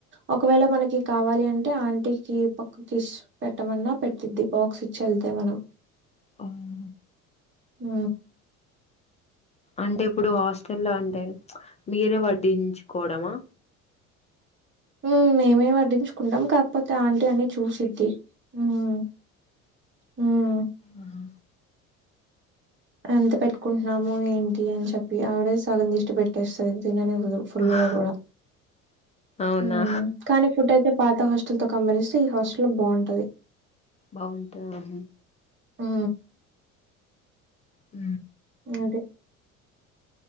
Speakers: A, on the right (about 25°); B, on the left (about 15°).
A: ఒకవేళ మనకి కావాలి అంటే ఆంటీకి పక్కకి పెట్టమన్నా పెట్టిద్ది బాక్స్ ఇచ్చి వెళ్తే మనం
B: అవును
A: ఉ
B: అంటే ఇప్పుడు హాస్టల్ అంటే మీరే వడ్డించుకోవడమా
A: ఊం మేమే వడ్డించుకుంటాం కాకపోతే ఆంటీ అన్ని చూసిద్ది హుం హుం
B: ఆహా
A: ఎంత పెట్టుకుంటున్నాము ఏంటి అని చెప్పి ఆవిడే సగం దిష్టి పెట్టేస్తంది తిననిరు ఫుల్గా
B: ఆహా.
A: కూడా
B: అవునా
A: హు కానీ ఫుడ్ అయితే పాత హాస్టల్ తో కమ్మరిస్తే ఈ హాస్టల్ బాగుంటది
B: బాగుంటా ఆహ
A: హు
B: ఉ
A: అదే